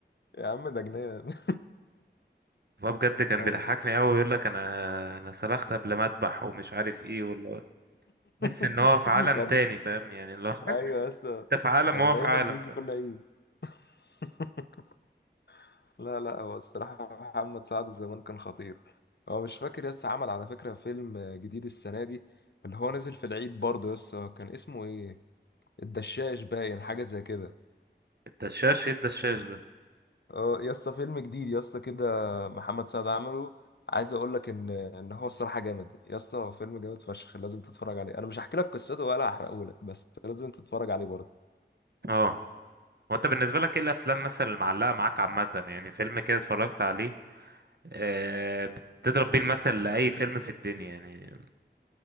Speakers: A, on the left; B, on the right.
A: يا عم ده جنان
B: والله بجد كان
A: كان
B: بيضحكني قوي يقول لك انا انا سلخت قبل ما اذبح ومش عارف ايه ولا تحس
A: <laughs>
B: ان هو في عالم
A: كان
B: تاني فاهم يعني اللي هو
A: ايوه يا اسطى
B: انت في عالم
A: كان
B: وهو
A: دايما
B: في عالم
A: بيجي
B: فاهم
A: كل عيد <laughs> لا لا هو الصراحة محمد سعد زمان كان خطير هو مش فاكر يسا عمل على فكرة فيلم جديد السنة دي اللي هو نزل في العيد برضه يسا كان اسمه ايه الدشاش باين حاجة زي كده
B: الدشاش ايه الدشاش ده
A: اه يا اسطى فيلم جديد يا اسطى كده محمد سعد عمله عايز اقول لك ان ان هو الصراحه جامد يا اسطى هو فيلم جامد فشخ لازم تتفرج عليه انا مش هحكي لك قصته ولا هحرقه لك بس لازم تتفرج عليه برضه
B: اه هو انت بالنسبه لك ايه الافلام مثلا اللي معلقه معاك عامه يعني فيلم كده اتفرجت عليه آه بتضرب بيه المثل لاي فيلم في الدنيا يعني